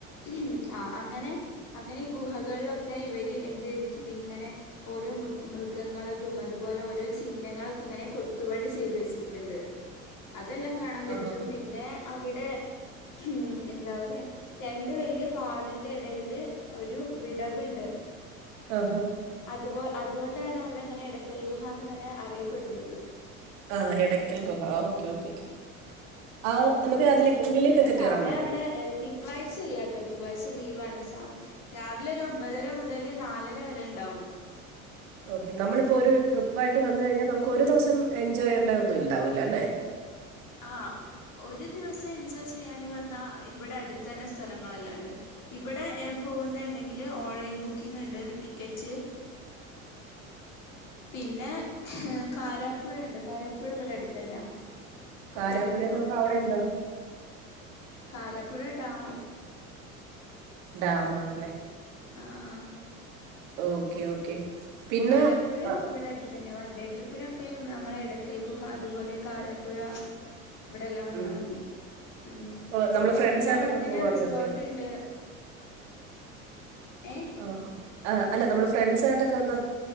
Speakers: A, on the left; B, on the right.
A: ഉം ആഹ് അങ്ങനെ അങ്ങനെ ഈ ഗുഹകൾലൊ ക്കെ ഇവര് എന്ത് ചെയ്തിട്ട്ണ്ട് ഇങ്ങനെ ഓരോ മൃഗ മൃഗങ്ങളതും അതുപോലെ ഓരോ ചിഹ്നങ്ങളൊക്കെ അങ്ങനെ കൊത്തുപണി ചെയ്തു വെച്ചിട്ട്ണ്ട് അതെല്ലാം കാണാൻ പറ്റും
B: ആഹ്
A: പിന്നെ അവിടെ മ്മ് എന്താ പറയാ രണ്ട് വല്യ പാറേൻ്റെ എടേല് ഒരു വിടവ്ണ്ട്
B: ആഹാ
A: അത്പോൽ അതുകൊണ്ടാണ് അവിടെ ഇങ്ങനെ എടക്കൽ ഗുഹാന്ന് ഇങ്ങനെ അറിയപ്പെടുന്നത്
B: ആഹ് എടയ്ക്കൽ ഗുഹ ഓക്കെ ഓക്കെ ആ
A: ആഹ്
B: നമുക്ക്
A: ആഹ്
B: അതിലേക്ക്
A: ആഹ്
B: ഉള്ളിലേക്കൊക്കെ
A: പിന്നെ സമയം
B: കേറാൻ പറ്റും
A: അവിടെ ഏഹ് തിങ്കളാഴ്ച്ച ഇല്ലാട്ടോ തിങ്കളാഴ്ച്ച ലീവാ <unintelligible> രാവിലെ ഒരു ഒമ്പതര മുതല് നാലര വരെ ഇണ്ടാവും
B: ഓക്കെ നമ്മളിപ്പോ ഒരു ട്രിപ്പായിട്ട് വന്ന് കഴിഞ്ഞാ നമുക്ക് ഒരു ദിവസം എൻജോയ്യേണ്ട ഒന്നും ഇണ്ടാവൂല്ലാ ല്ലേ
A: ആഹ് ഒരു ദിവസ്സെൻജോയ് ചെയ്യാന് പർഞ്ഞാ ഇവിടെ അടുത്തെന്നെ സ്ഥലങ്ങളെല്ലാണ്ട് ഇവിടെ ഏഹ് പോവുന്നുണ്ടെങ്കില് ഓൺലൈൻ ബുക്കിംഗ് ഇണ്ട് ടിക്കറ്റ് പിന്നെ ഏഹ് കാരാപ്പുഴ ഉണ്ട് കാരാപ്പുഴ ഇവിടെ അടുത്തെന്നാ
B: കാരാപ്പുഴ
A: കേട്ടിട്ടുണ്ടോ
B: എന്ന് പറഞ്ഞാൽ അവിടെ എന്താ
A: കാരാപ്പുഴ ഡാം
B: ഡാമാണല്ലേ
A: ആഹ് ആഹ്
B: ഓക്കെ ഓക്കെ പിന്നെ
A: കാരാപ്പുഴേം
B: ആ
A: ഇവിടെ അടുത്തെന്നെയാ വൺഡേ ട്രിപ്പിനൊക്കെ നമ്മളെ എടക്കൽ ഗുഹ അതുപോലെ കാരാപ്പുഴ ഇവിടെല്ലാം വന്നാ
B: ഉം.
A: മതി മം
B: ഓ, നമ്മള് ഫ്രണ്ട്സ്
A: പിന്നെ
B: ആയിട്ടൊക്കെ
A: അവിടെത്തന്നെ
B: പോവാണെങ്കിൽ
A: റിസോർട്ട്ണ്ട്.
B: അത്യാവശ്യം
A: ഏഹ്
B: ആഹ് ആഹ് അല്ല നമ്മള് ഫ്രണ്ട്‌സ്സായിട്ടൊക്കെ വന്നാ